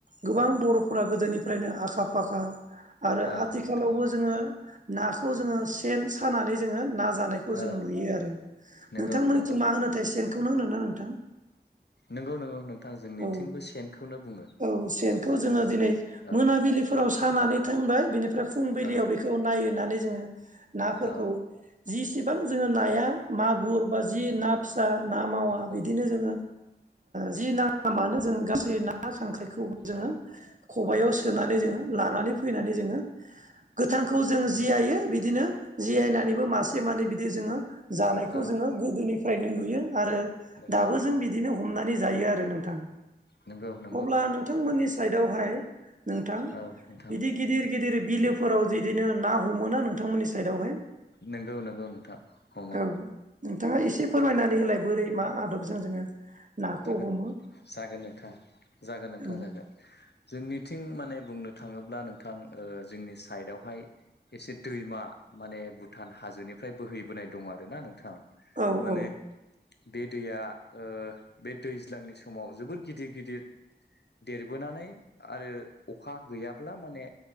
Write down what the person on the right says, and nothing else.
गोबां बर'फोरा गोदोनिफ्रायनो आखा फाखा। आरो
आथिखालावबो
जोङो नाखौ जोङो सेन सानानै जोङो ना जानायखौ जों
नुयो आरो
नोंथांमोननिथिं
मा होनोथाय सेनखौनो होनोना? नोंथां
औ
औ सेनखौ जोङो दिनै
मोनाबिलिफोराव
सानानै दोनबाय बेनिफ्राय फुंबिलियाव
बेखौ नायनानै जोङो नाफोरखौ
जिसिबां जोङो नाया मागुर बा ना फिसा ना मावा
बिदिनो जों जि नाङा मानो जों गासै ना खांख्राइखौबो जोङो
खबायाव सोनानै जोङो लानानै फैनानै जोङो गोथांखौ जों
जियायो बिदिनो जियायनानैबो मासे मानै बिदि जोङो जानायखौ
जोङो‌ गोदोनिफ्रायनो नुयो आरो
दाबो जों बिदिनो हमनानै जायो आरो नोंथां
अब्ला नोंथांमोननि साइदआवहाय नोंथां
बिदि गिदिर गिदिर बिलो फोराव जिदिनो ना हमोना नोंथांमोननि साइडआवहाय
औ नोंथाङा एसे फोरमायनानै होलाय बोरै मा आदबजों जोङो नाखौ
हमो
औ
औ
औ